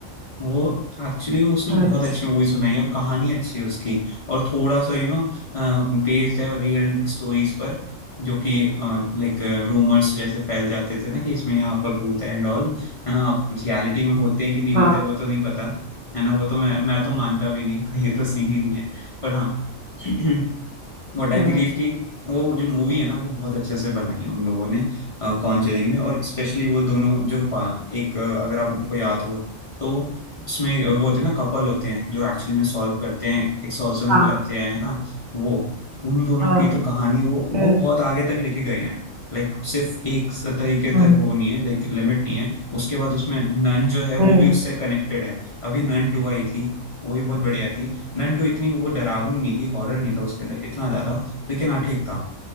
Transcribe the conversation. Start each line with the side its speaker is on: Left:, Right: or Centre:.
Left: वो एक्चुअली में उसने
Right: अच्छा
Left: बहुत अच्छी मूवीज बनाई है और कहानी अच्छी है उसकी और थोड़ा सा यू नो बेस्ड है और रियल स्टोरीज पर जो कि लाइक रूमर्स जैसे फैल जाते थे ना कि इसमें यहाँ पर भूत है एंड ऑल है ना रियलिटी में होते हैं कि नहीं होते
Right: हाँ
Left: वो तो नहीं पता है ना वो तो मैं मैं तो मानता भी नहीं <laughs> था ये तो सीन ही नहीं है पर हाँ <clears throat> व्हाट आई
Right: हाँ
Left: बिलीव कि वो जो मूवी है ना वो बहुत अच्छे से बनाई है उन लोगों ने कॉन्जरिंग में और स्पेशली वो दोनों जो पा, एक अ, अगर आपको याद हो तो उसमें वो होते हैं ना कपल होते हैं जो एक्चुअली में सॉल्व करते हैं एक्सोर्सिज्म
Right: हाँ
Left: करते हैं है ना वो उन दोनों
Right: हाँ
Left: की तो कहानी वो वो
Right: हम्म
Left: बहुत आगे तक लेके गए हैं लाइक सिर्फ एक स- तरीके
Right: हम्म
Left: तक वो नहीं है लाइक लिमिट नहीं है उसके बाद उसमें नन जो है
Right: हम्म।
Left: वो भी उससे कनेक्टेड है अभी नन टू आई थी वो भी बहुत बढ़िया थी नंटो इतनी वो डरावनी नहीं थी हॉरर नहीं था उसके अंदर इतना ज्यादा लेकिन हाँ ठीक था